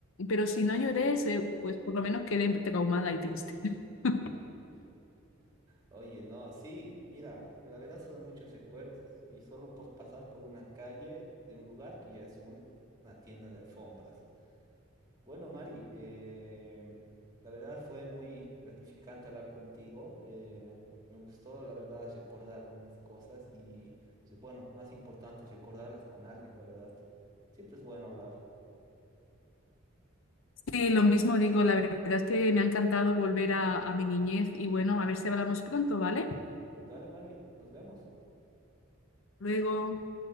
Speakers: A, on the left (about 65°); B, on the right (about 20°).
A: pero si no lloré, se- pues por lo menos quedé traumada y triste. <laughs>
B: Oye, no, sí, mira, la verdad son muchos recuerdos. Y solo por pasar por una calle de un lugar que ya es un- una tienda de alfombras. Bueno, Mari, eh, la verdad fue muy gratificante hablar contigo. eh, me gustó, la verdad, recordar algunas cosas y, pues, bueno, más importante, recordarlas con alguien, la verdad. Siempre es bueno hablar.
A: Sí, lo mismo digo, la verdad es que me ha encantado volver a, a mi niñez y bueno, a ver si hablamos pronto, ¿vale?
B: Dale, Mari, nos vemos.
A: Luego.